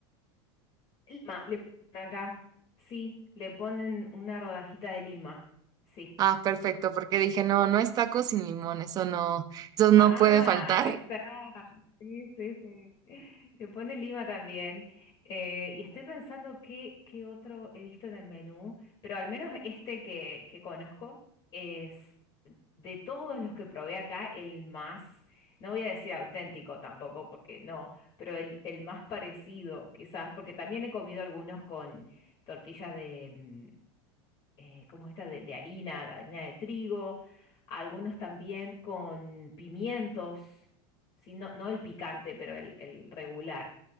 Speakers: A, on the left (about 35°); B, on the right (about 25°).
A: Lima, le ponen acá, sí, le ponen una rodajita de lima, sí.
B: Ah, perfecto, porque dije, no, no es taco sin limón, eso no, eso no
A: Ah,
B: puede faltar.
A: ahí está, sí, sí, sí. Le pone lima también. Eh, y estoy pensando qué, qué otro he visto en el menú, pero al menos este que, que conozco es de todos los que probé acá, el más, no voy a decir auténtico tampoco, porque no, pero el, el más parecido, quizás, porque también he comido algunos con tortillas de, mm, eh, ¿cómo es esta? De, de harina, de harina de trigo, algunos también con pimientos, sí, no, no el picante, pero el, el regular.